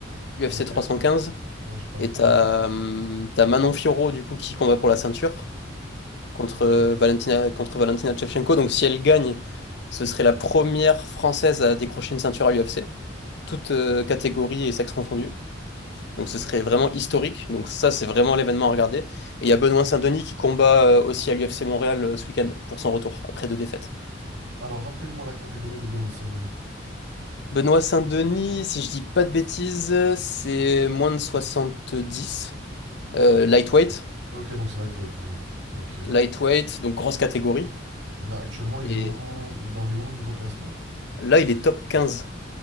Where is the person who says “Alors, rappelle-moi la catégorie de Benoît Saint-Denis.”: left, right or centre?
Right